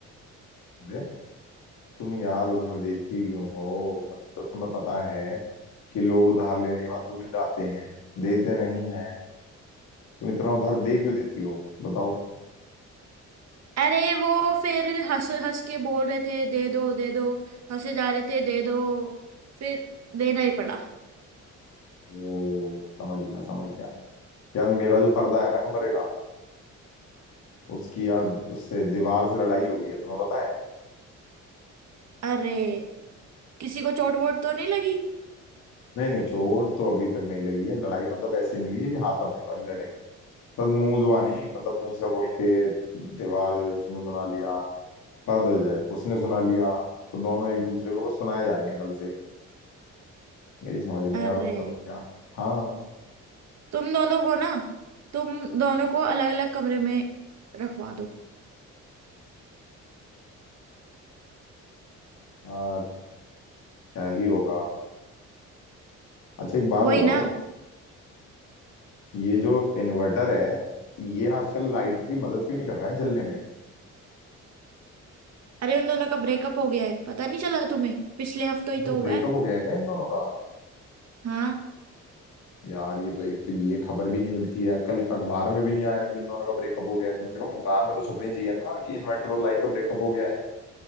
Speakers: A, on the left; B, on the right.
A: अरे तुम यार उधार देती क्यों हो मतलब तुम्हें पता है कि लोग उधार लेने के बाद भूल जाते हैं देते नहीं है। तुम इतना उधार दे क्यों देती हो बताओ
B: अरे वो फिर हंस हंस के बोल रहे थे दे दो दे दो हंसे जा रहे थे दे दो फिर देना ही पड़ा
A: वो समझ गया समझ गया यार मेरा जो पर्दा है ना कमरे का उसकी यार उससे दीवार से लड़ाई हो गई है तुम्हें पता है
B: अरे किसी को चोट वोट तो नहीं लगी
A: नहीं नहीं चोट तो अभी तक नहीं लगी है लड़ाई मतलब ऐसे नहीं हुई है कि हाथापाई वाली लड़ाई बस मुंह जुबानी मतलब मुंह से बोल के दीवार जो है, उसने सुना लिया पर्दा जो है उसने सुना लिया तो दोनों एक दूसरे को बस सुनाए जा रहे हैं कल से मेरी समझ नहीं
B: अरे
A: आ रहा मैं करूँ क्या हाँ
B: तुम दोनों को ना तुम दोनों को अलग अलग कमरे में रखवा दो
A: यार क्या ही होगा अच्छा एक बात
B: वही
A: बताओ
B: ना
A: ये जो इन्वर्टर है ये आजकल लाइट की मदद क्यों नहीं कर रहा है जलने में
B: अरे उन दोनों का ब्रेकअप हो गया है पता नहीं चला तुम्हें पिछले हफ्ते ही
A: जब
B: तो
A: ब्रेकअप
B: हुआ है
A: हो गया है क्या इन दोनों का
B: हाँ
A: यार ये तो एक तो ये खबर भी नहीं मिलती है कल अखबार में भी नहीं आया कि इन दोनों का ब्रेकअप हो गया है कम से कम अखबार में तो छपनी चाहिए ना कि इन्वर्टर और लाइट का ब्रेकअप हो गया है